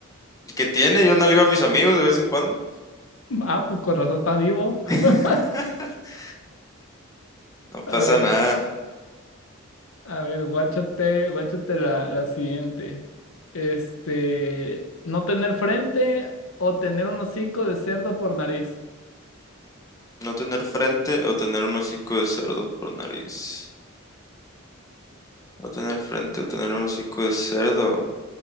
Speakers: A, on the left; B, on the left.
A: ¿qué tiene? Yo nalgueo a mis amigos de vez en cuando.
B: Ah, pues con razón estás vivo.
A: <laughs>
B: <laughs>
A: No pasa
B: A ver,
A: nada.
B: a ver, guáchate, guáchate la, la siguiente. Este, no tener frente o tener un hocico de cerdo por nariz.
A: No tener frente o tener un hocico de cerdo por nariz. No tener frente o tener un hocico de cerdo.